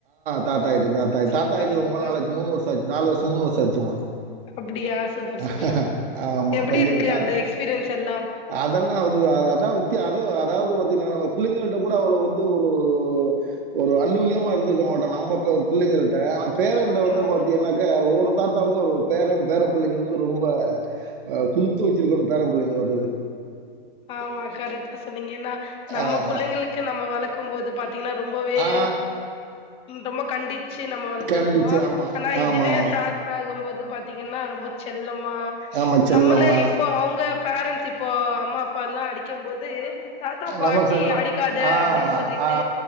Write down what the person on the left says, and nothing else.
சூப்பர்
சூப்பர்
அப்டியா சூப்பர்
சூப்பர்
எப்டி
இருக்கு
அந்த எக்ஸ்பீரியன்ஸ் எல்லா
ஆமா
ஆமா கரெக்டா சொன்னீங்க ந நம்ம
புள்ளைங்களுக்கு நம்ம வழக் இருக்கும் போது பாத் ங்கா ரொம்பவே
ரொம்ப கண்டிச்சு நம்ம வளர்த்துருப்போம்
ஆனா இதுவே
தாத்தாகும் போது பாத்தீங்கன்னா ரொம்ப செல்லம் மா
நம்மள இப்போ அவங்க பேரண்ஸ் இப்போ அம்மா பல்லாம் அடி க்கும் போது தாத்தா பாட்டி
அடிக்காத
அப்டின்னு சொல்லிட்டு